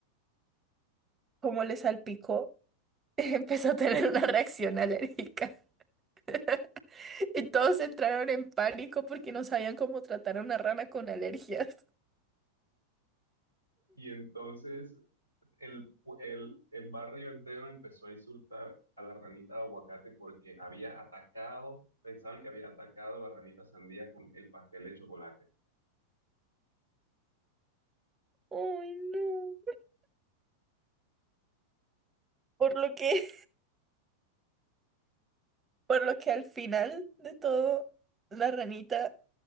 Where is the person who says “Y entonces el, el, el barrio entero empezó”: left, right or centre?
Left